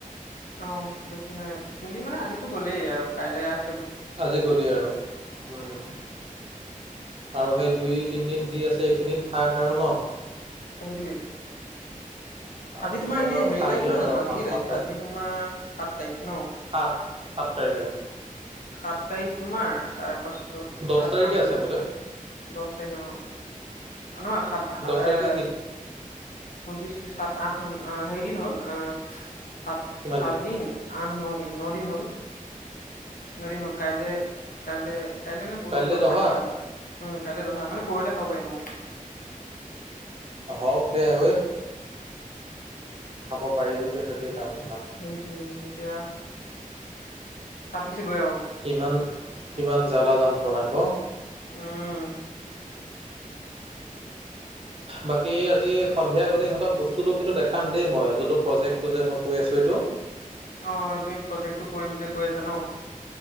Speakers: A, on the left; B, on the right.
A: অ', বেছি নাই, তিনদিন মানে আজিতো গ'লেই আৰু কাইলৈ আছ
B: আজি গ'লেই আৰু, উম' আৰু সেই দুই তিনিদিন যি আছে এইকেইদিন থাক আৰু ন।
A: সেইটোৱেই
B: তাৰপিছত
A: আজি তোমাৰ এনেই
B: আৰু
A: হেৰি
B: খাবি
A: তাৰিখ নহয়
B: আৰু
A: জানো, আজি
B: মাছ
A: কি তাৰিখ,
B: মাংস
A: আজি তোমাৰ সাত তাৰিখ ন?
B: সাত-সাত তাৰিখ আজি।
A: সাত তাৰিখ তোমাৰ, তাৰপাছত
B: দহ
A: সাত,
B: তাৰিখে
A: আন,
B: আছে বোলে
A: দছ তাৰিখ অ' অ' নহয়, সাত-সা
B: দহ তাৰিখে
A: এ
B: কি
A: ঊনত্ৰিশি, ত্ৰিশ, সাত, আঠ, হেৰিদিন হ'ল, অ' সাত-সাতদিন,
B: কিমান দিন?
A: আঠ ন দিন, ন দিন হ'ল। ন দিন হল, কাইলে-কাইলে কাইলে নে পৰহিলে
B: কাইলৈ
A: দহা
B: অহা
A: এনেকা কিবা, উম, কাইলৈ দহা, মানে পৰহিলে খাব পাৰিম আৰু
B: হওঁক দে ঐ খাব পাৰিবি যে, সেইটোৱেই ডাঙ
A: সেইটোৱেই এতিয়া, চাপিছেগৈ আৰু
B: কিমান কিমান জ্বালা যান্ত্ৰণা ক
A: উম।
B: বাকী আজি সন্ধিয়া গ'লেই ইহঁত বস্তুটো কিন্তু দেখাম দেই মই, যোনটো প্ৰজেক্টটো যে মই কৈ আছো এইটো
A: অ', তুমি প্ৰজেক্টটো কৰিম যে কৈ আছা ন?